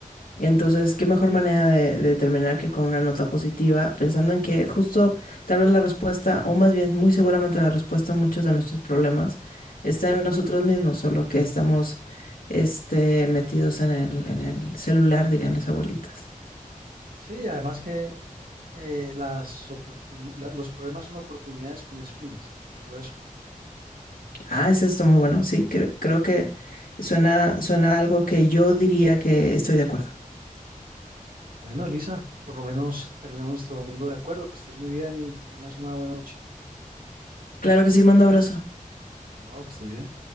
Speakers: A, on the left; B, on the right.
A: Entonces, qué mejor manera de, de terminar que con una nota positiva, pensando en que justo tal vez la respuesta, o más bien muy seguramente la respuesta a muchos de nuestros problemas está en nosotros mismos, solo que estamos este, metidos en el, en el celular, dirían las abuelitas.
B: Sí, además que eh, las oportun- la- los problemas son oportunidades con espinas. Yo creo eso.
A: Ah, es esto muy bueno, sí, cre- creo que suena, suena algo que yo diría que estoy de acuerdo.
B: Bueno, Elisa, por lo menos terminamos nuestro domingo de acuerdo. Que estés muy bien y que tengas una buena noche.
A: Claro que sí, manda abrazo.
B: Chao, que estés bien.